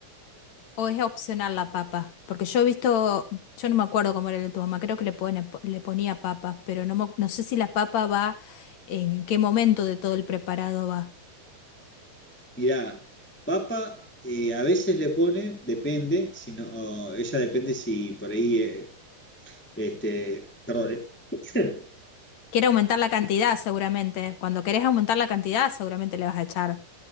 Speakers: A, on the left (about 70°); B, in the centre.
A: ¿O es opcional la papa? Porque yo he visto, yo no me acuerdo cómo era el de tu mamá, creo que le, pone- le ponía papas, pero no, mo- no sé si la papa va, en qué momento de todo el preparado va.
B: mirá, papa. eh, a veces le pone, depende, si no, o ella depende si por ahí, eh, este, perdón, eh, <coughs>
A: Quiere aumentar la cantidad seguramente. Cuando querés aumentar la cantidad seguramente le vas a echar,